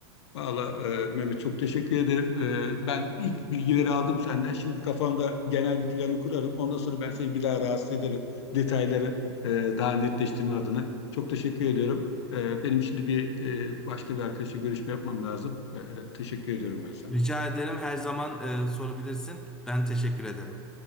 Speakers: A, on the left (about 75°); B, in the centre.
A: Valla e, Mehmet çok teşekkür ederim. E, ben ilk bilgileri aldım senden. Şimdi bir kafamda genel bir planı kurarım. Ondan sonra ben seni bir daha rahatsız ederim. Detayları e, daha netleştirme adına. Çok teşekkür ediyorum. E, benim şimdi bir e, başka bir arkadaşla görüşme yapmam lazım. E, teşekkür ediyorum ben sana.
B: Rica ederim her zaman e, sorabilirsin. Ben teşekkür ederim.